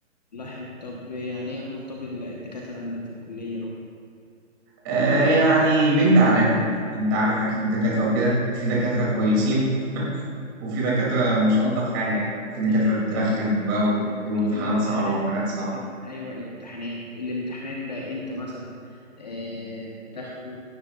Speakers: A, on the left; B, on the right.
A: الله يحب طب يعني ايه اخبار طب الدكاترة عندك في الكلية اهو
B: آه، يعني من ده على ده انت عارف اكيد الدكاتره وكده في دكاتره كويسين وفي دكاترة مش ألطف حاجة يعني في دكاترة
A: يعني
B: بترخم
A: طب
B: بقى
A: يعني
B: ويجيبوا
A: طب
B: امتحانات
A: الامتحانات
B: صعبة وحاجات صعبة
A: طب ايوه الامتحانات الامتحانات بقى انت مثلا آه بتاخده